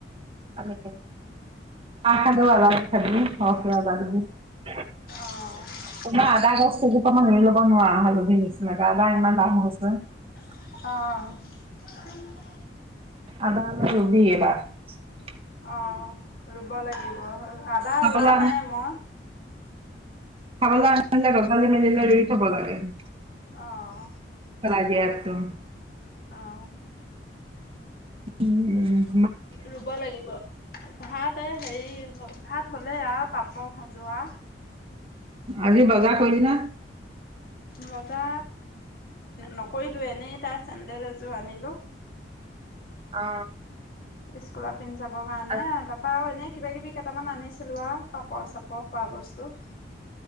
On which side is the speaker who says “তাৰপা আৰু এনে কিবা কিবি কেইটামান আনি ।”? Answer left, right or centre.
Left